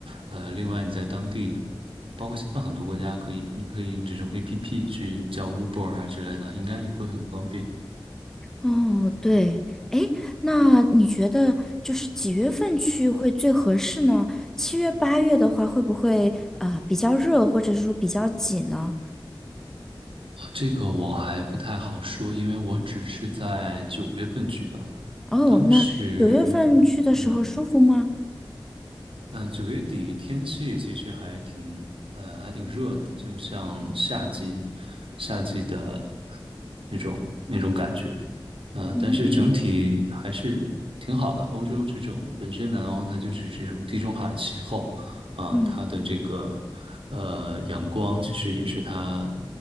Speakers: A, on the right; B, in the centre.
A: 呃，另外你在当地，包括现在很多国家可以，你可以用这种 APP 去叫 Uber 啊之类的，应该也会很方便。
B: 哦，对，哎，那你觉得就是几月份去会最合适呢？七月、八月的话，会不会啊比较热，或者是说比较挤呢？
A: 啊，这个我还不太好说，因为我只是在九月份去的，
B: 哦，
A: 当时，
B: 那九月份去的时候舒服吗？
A: 嗯。嗯，呃九月底天气其实还挺，呃，还挺热的，就像夏季，夏季的那种那种感觉。嗯、
B: 嗯
A: 但是整体还是挺好的。欧洲这种本身南欧它就是这种地中海气候啊、
B: 嗯
A: 它的这个呃阳光其实也是它